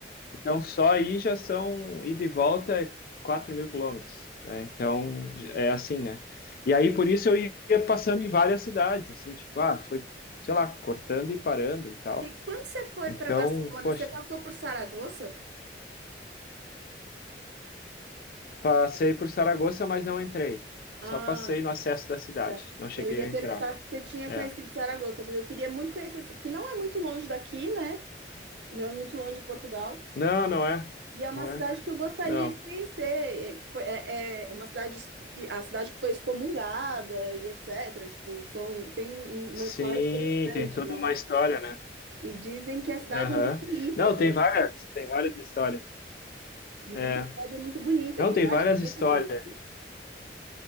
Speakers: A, on the left; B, on the right.
A: Então, só aí já são ida e volta é 4 mil quilômetros, né? Então, é
B: Sim.
A: assim, né? E aí, por isso, eu ia passando em várias cidades, assim, tipo, ah, foi, sei lá, cortando e parando e tal.
B: Tem- Quando você foi
A: Então,
B: para Barcelona,
A: poxa,
B: você passou por Saragoça?
A: passei por Saragoça, mas não entrei.
B: Ah,
A: Só passei no acesso da cidade,
B: tá.
A: não cheguei
B: Eu ia
A: a entrar.
B: perguntar se você tinha
A: É.
B: conhecido Saragoça, porque eu queria muito conhecer, porque não é muito longe daqui, né? Não é muito longe de Portugal.
A: Não, não é,
B: E é uma
A: não
B: cidade
A: é,
B: que eu gostaria
A: não.
B: de conhecer. É, que foi- é- é- é uma cidade que a cidade que foi excomungada e etc. Tipo, são, tem um- um,
A: Sim,
B: uma história interessante,
A: tem toda
B: né?
A: uma história, né?
B: E dizem que a cidade
A: Aham.
B: é muito bonita,
A: Não,
B: que
A: tem
B: é-
A: várias, tem várias histórias.
B: dizem
A: É.
B: que a cidade é muito bonita,
A: Não,
B: que
A: tem
B: vale
A: várias
B: a pena
A: histórias.
B: conhecer.